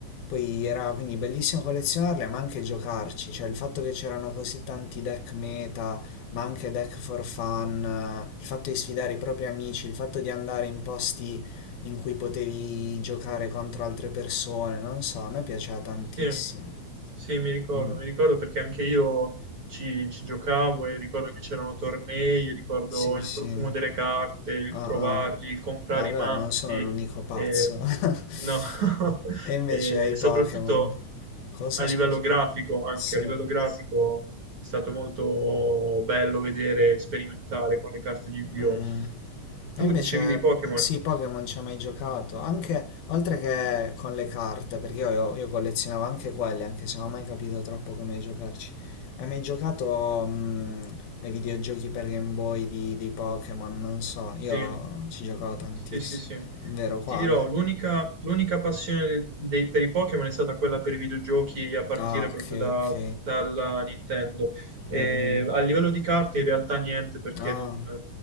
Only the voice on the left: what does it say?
Poi era quindi bellissimo collezionarle, ma anche giocarci, cioè il fatto che c'erano così tanti deck meta, ma anche deck for fun, eh, il fatto di sfidare i propri amici, il fatto di andare in posti in cui potevi giocare contro altre persone, non so, a me piaceva tantissimo.
Mm,
sì,
sì.
Ah,
ah.
Ah, Allora
non sono l'unico pazzo.
<laughs>
E invece
ai
Pokémon. Cosa,
scusa?
Sì.
mm, mm.
E invece
sì, Pokémon ci ho mai giocato. Anche oltre che con le carte, perché io, io collezionavo anche quelle, anche se non ho mai capito troppo come giocarci. Hai mai giocato mm, ai videogiochi per Game Boy di, di Pokémon? Non so,
io ci giocavo tantissimo.
Vero quale?
Ah, ok,
ok.
Mh-mh.
Ah,